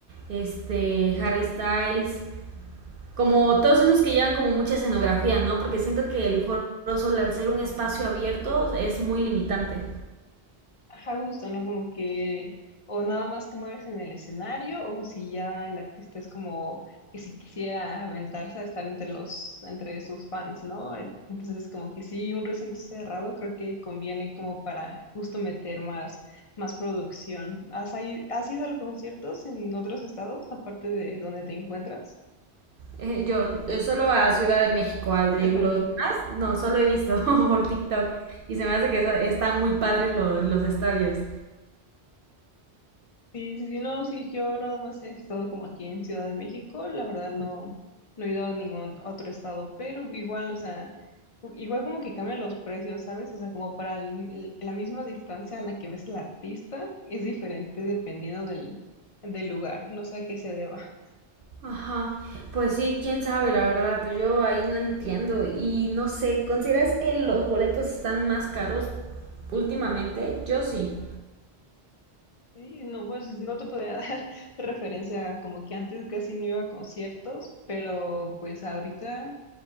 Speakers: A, on the right (about 60°); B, on the left (about 40°).
A: este, Harry Styles, como todos esos que llevan como mucha escenografía, ¿no? Porque siento que el Foro Sol al ser un espacio abierto es muy limitante.
B: Ajá, justo, ¿no? Como que o nada más te mueves en el escenario o si ya el artista es como que si quisiera aventarse a estar entre los, entre sus fans, ¿no? Entonces como que sí, un recinto cerrado creo que conviene como para justo meter más, más producción. ¿Has, ahí- has ido a conciertos en otros estados aparte de donde te encuentras?
A: Eh, yo eh, solo a Ciudad de México, al de
B: <laughs>
A: los
B: Ok.
A: demás, no, solo he visto <laughs> por TikTok y se me hace que so- están muy padres lo- los estadios.
B: Sí, sí, sí, no, sí, yo nada más he estado como aquí en Ciudad de México, la verdad no, no he ido a ningún otro estado, pero igual, o sea, cu- igual como que cambian los precios, ¿sabes? O sea, como para el- la misma distancia a la que ves al artista, es diferente dependiendo del, del lugar, no sé a qué se deba. <laughs>
A: Ajá, pues sí, quién sabe, la verdad, yo ahí no entiendo y no sé, ¿consideras que los boletos están más caros últimamente? Yo sí.
B: Sí, no, pues no te podría <laughs> dar referencia, como que antes casi no iba a conciertos, pero pues ahorita,